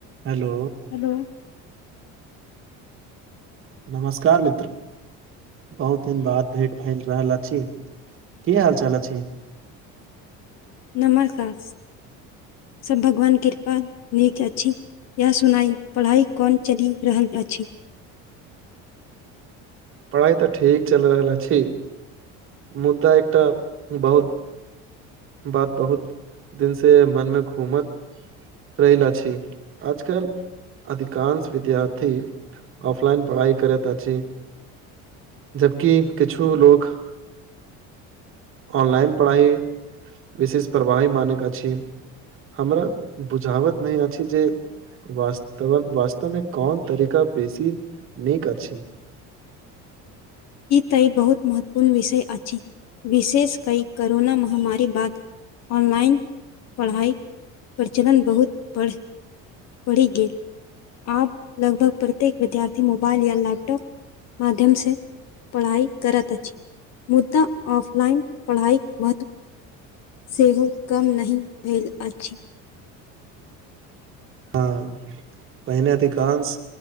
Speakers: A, on the right (about 40°); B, on the left (about 55°).
A: Hello.
B: Hello.
A: नमस्कार मित्र। बहुत दिन बाद भेट भए रहल अछि की हालचाल अछि छी
B: नमस्कार सभ भगवान कृपा नीक अछि इएह सुनाइ पढ़ाइ कोन चलि रहल अछि।
A: पढ़ाई तऽ ठीक चलि रहल छी मुद्दा एकटा बहुत। बात बहुत दिन से मन मे घूम रहिला छैय आज कल अधिकाश विद्यार्थी ऑफलाइन पढ़ाइ करैत अछि जबकि किछु लोग ऑनलाइन पढ़ाई विशेष प्रवाही मान कऽ अछि हमरा बुझावत नहि अछि जे वस्त वास्तवमे कोन तरीका बेसी नीक छै
B: तऽ ई बहुत महत्वपूर्ण विषय अछि विशेष क करोना महामारी बाद ऑनलाइन पढ़ाई प्रचलन बहुत बढ़ बड़ी गेल। आब लगभग प्रत्येक विद्यार्थी मोबाइल या लैपटॉप माध्यम स पढ़ाई करत अछि मुद्दा ऑफलाइन पढ़ाई मत सेहो कम नहि भेल अछि
A: हँ पहिने अधिकांश